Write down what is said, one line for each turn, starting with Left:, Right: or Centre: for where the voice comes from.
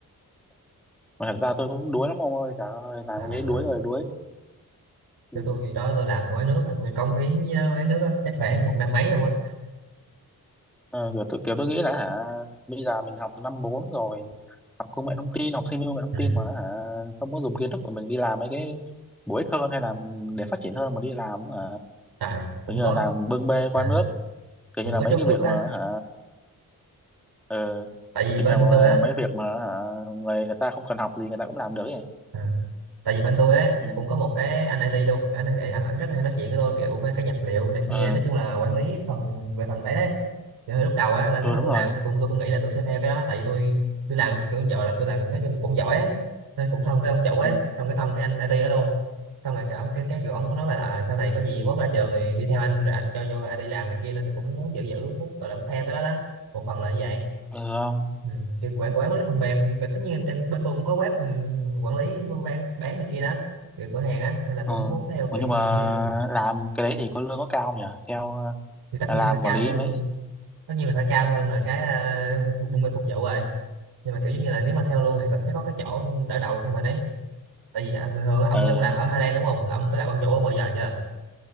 Centre: mà thật ra tôi cũng đuối lắm ông ơi trời ơi làm
Right: à,
Centre: cái
Right: à.
Centre: đấy đuối rồi đuối Ừ.
Right: kiểu tôi đó tôi làm quán nước á, tôi cống hiến với quán nước á, chắc khoảng một năm mấy luôn á
Centre: Ờ, kiểu, tôi, kiểu tôi nghĩ là hả bây giờ mình học năm 4 rồi học công nghệ thông tin học sinh công nghệ thông
Right: ừ.
Centre: tin mà hả không có dùng kiến thức của mình đi làm mấy cái bổ ích hơn hay là để phát triển hơn mà đi làm hả
Right: trời cũng
Centre: kiểu như
Right: có
Centre: là làm bưng bê
Right: à,
Centre: qua nước kiểu
Right: cũng
Centre: như là
Right: có
Centre: mấy
Right: chút
Centre: cái
Right: chút
Centre: việc
Right: á
Centre: mà hả ờ,
Right: tại vì
Centre: kiểu
Right: bên
Centre: như là mà-
Right: tôi á
Centre: mấy việc mà hả người người ta không cần học gì người ta cũng làm được ấy
Right: à, tại vì bên tôi ấy
Centre: ừ
Right: là cũng có một cái anh IT luôn anh, ấy- anh, anh rất là hay nói chuyện với tôi kiểu mấy cái nhập liệu này kia
Centre: ừ,
Right: nói chung là quản lý phần về phần đấy đấy kiểu hồi lúc đầu á là lúc
Centre: ừ
Right: mà
Centre: đúng
Right: tôi
Centre: rồi
Right: làm tôi cũng tôi cũng nghĩ là tôi sẽ theo cái đó tại vì tôi tôi làm kiểu giờ là tôi làm nói chung cũng giỏi ấy nên cũng thân với ông chủ ấy
Centre: ừ
Right: xong cái thân với anh IT đó luôn xong rồi cả ông cái cái kiểu ông có nói là à, sau này có gì mốt ra trường thì đi theo anh rồi anh cho vô IT làm này kia nên tôi cũng muốn giữ giữ muốn gọi là muốn theo cái đó đó một phần là như vậy
Centre: ừ không
Right: ừ. kiểu quản quản lý phần mềm và tất nhiên em trên bên tôi cũng có web ừ, quản lý bán, bán này kia đó kiểu cửa hàng á nên là
Centre: ừ
Right: cũng muốn theo
Centre: Ủa,
Right: kiểu
Centre: nhưng
Right: nhiều
Centre: mà
Right: khi là
Centre: làm cái đấy thì có lương có cao không nhỉ theo
Right: thì tất
Centre: ờ,
Right: nhiên
Centre: làm
Right: phải cao
Centre: quản lý mấy
Right: tất nhiên là phải cao hơn là cái uh, buôn mê phục vụ rồi nhưng mà kiểu giống như là nếu mà theo luôn thì con sẽ có cái chỗ đỡ đầu cho mình ấy tại vì à, bình thường á, ông
Centre: ừ
Right: Nhung làm ở Highland đúng không là ông có gặp ông chủ ông bao giờ chưa